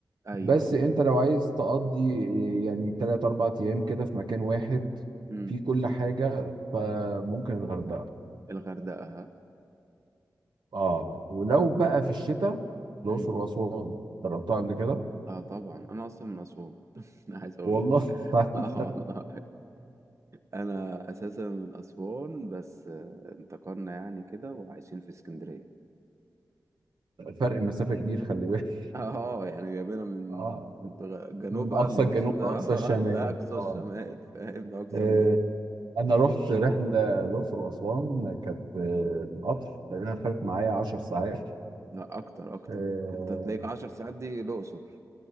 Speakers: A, on the right; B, on the right.
A: ايوه
B: بس انت لو عايز تقضي آه، يعني تلات اربع ايام كده في مكان واحد
A: امم
B: في كل حاجة فممكن الغردقة
A: الغردقه
B: اه ولو بقى في الشتاء الأقصر
A: امم
B: وأسوان جربتها قبل كده
A: اه طبعا انا اصلا من اسوان <laughs> انا عايز اقول
B: والله
A: لك <laughs>
B: <laughs>
A: اه والله انا اساسا من اسوان بس آه، انتقلنا يعني كده وعايشين في اسكندريه
B: فرق مسافة كبير خلي بالك
A: اه يعني جايبينها من
B: اه
A: بغ- جنوبها
B: من أقصى
A: ل-
B: الجنوب
A: <laughs>
B: لأقصى الشمال
A: لاقصى
B: اه
A: الشمال فاهم ده اكثر
B: آه،
A: نقطه
B: أنا رحت رحلة الأقصر وأسوان كانت آه، بالقطر تقريبا خدت معايا 10 ساعات
A: لا اكتر اكتر
B: آه،
A: انت تلاقيك عشر ساعات دي الاقصر